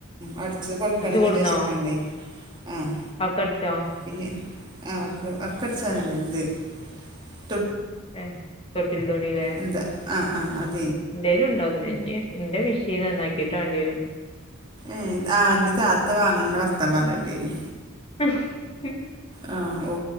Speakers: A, on the right (about 20°); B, on the left (about 25°).
A: അടിച്ചത് <inaudible>
B: കൊടുന്നോ
A: ഉദ്ദേശിക്കണ്ടേ ആഹ്
B: ഒക്കെ അടിച്ചോ
A: പിന്നെ ആഹ് ഓക്കെ <inaudible>
B: ഏയ് തോട്ടിൽ തോണില്ലേ
A: എന്താ ആഹ് ആഹ് അതെ
B: എന്റെലും ഉണ്ടോന്നു ഇനി എന്റെ മെഷീൻ നന്നാക്കിട്ട് വേണ്ടി വരും
A: ഏയ് ആഹ് അന്റെ താത്ത വാങ്ങണ <unintelligible> പറഞ്ഞിട്ടീനി
B: ആ <inaudible>
A: ആഹ് ഓ